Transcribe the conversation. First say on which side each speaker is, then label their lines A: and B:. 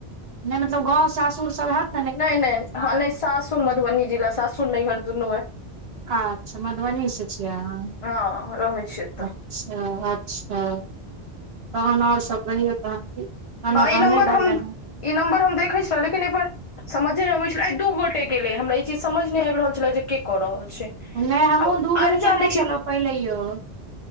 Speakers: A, on the right; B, on the left.
A: नहि मतलब गाँव सासुर सब हेत
B: नहि नहि हँ नहि सासुर मधुबनी जिला सासुर नैहर दुनू अय
A: अच्छा मधुबनीसँ छियै अहाँ
B: हँ रहै छियै एतऽ
A: अच्छा अच्छा तहन आओर सब कहियौ तहन की खाना
B: हँ ई
A: तहन
B: नम्बर
A: नहि बनलै
B: हम
A: हँ
B: ई नम्बर हम देखैत छलहुँ लेकिन एहिपर समझे नहि अबैत छलै आ दू गोटे के लेल हमरा ई चीज समझ नहि आबि रहल छलै जे के कऽ रहल छै
A: नहि हमहुँ
B: आब
A: दू बेर
B: अनजान
A: कयने छलहुँ पहिलयो